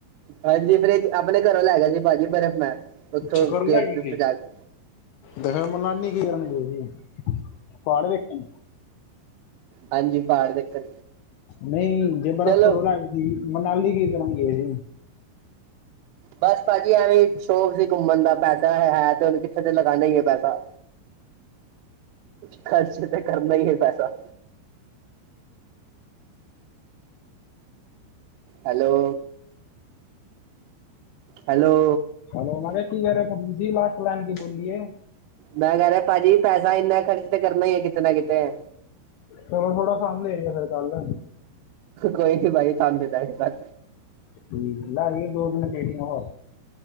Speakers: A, on the right (about 80°); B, on the left (about 80°).
A: ਹਾਂਜੀ, ਫਰਿੱਜ਼ ਆਪਣੇ ਘਰੋਂ ਲੈ ਗਿਆ ਸੀ ਭਾਜੀ ਬਰਫ਼ ਮੈਂ ਉੱਥੋਂ
B: ਛਕਰ
A: ਗੇਰ
B: ਲੈ ਗਈ
A: ਤੀ
B: ਕਿ
A: ਓਥੇ ਜਾ ਕੇ
B: ਤੇ ਫਿਰ ਮਨਾਲੀ ਕੀ ਕਰਨ ਗਏ ਸੀ ਪਹਾੜ ਵੇਖਣ?
A: ਹਾਂਜੀ ਪਹਾੜ ਦੇਖਣ
B: ਨਈ, ਜੇ ਬਰਫ਼
A: ਚਲੋ
B: ਘਰੋਂ ਲੈ ਮਨਾਲੀ ਕੀ ਕਰਨ ਗਏ ਸੀ?
A: ਬਸ ਭਾਜੀ ਐਵੇਂ ਸ਼ੌਂਕ ਸੀ ਘੁੰਮਣ ਦਾ ਪੈਸਾ ਹੈ ਤੇ ਉਹਨੂੰ ਕਿੱਥੇ ਤੇ ਲਗਾਨਾ ਈ ਐ ਪੈਸਾ।
B: <unintelligible>
A: ਖਰਚ ਤੇ ਕਰਨਾ ਈ ਐ ਪੈਸਾ। ਹੈਲੋ। ਹੈਲੋ।
B: ਹੈਲੋ, ਮੈਂ ਕਿਹਾ ਕੀ ਕਹਿ ਰੇ ਓ ਤੁਸੀਂ ਲਾਸਟ ਲੈਨ ਕੀ ਬੋਲੀ ਏ।
A: ਮੈਂ ਕਹਿ ਰਿਆ ਭਾਜੀ ਪੈਸਾ ਇੰਨਾ ਖਰਚ ਤੇ ਕਰਨਾ ਈ ਐ ਕਿਤੇ ਨਾ ਕਿਤੇ।
B: ਚਲੋ ਥੋੜਾ ਸਾਨੂੰ ਦੇ ਦਿਓ ਫਿਰ ਕੱਲ।
A: ਕੋਈ ਨੀ ਭਾਜੀ ਤੁਹਾਨੂੰ ਦੇ ਦਾਂਗੇ ਬਸ।
B: ਲਿਆਈ ਦੋ ਤਿੰਨ ਪੇਟੀਆਂ ਹੋਰ।